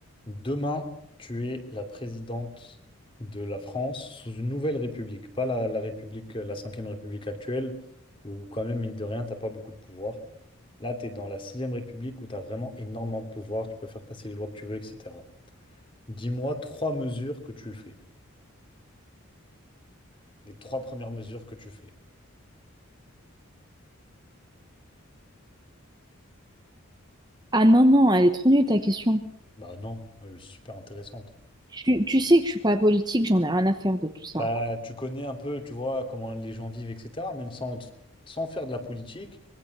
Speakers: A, on the left; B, on the right.
A: Demain, tu es la présidente de la France sous une nouvelle république, pas la, la République, la cinquième République actuelle, où quand même, mine de rien, t'as pas beaucoup de pouvoir. Là, tu es dans la sixième République où tu as vraiment énormément de pouvoir, tu peux faire passer les lois que tu veux, etc. Dis-moi trois mesures que tu le fais. Les trois premières mesures que tu fais.
B: Ah non, non, elle est trop nulle ta question.
A: Bah non, euh, super intéressante.
B: Tu, tu sais que je suis pas politique, j'en ai rien à faire de tout ça.
A: Bah tu connais un peu, tu vois, comment les gens vivent, etc. Même sans, sans faire de la politique,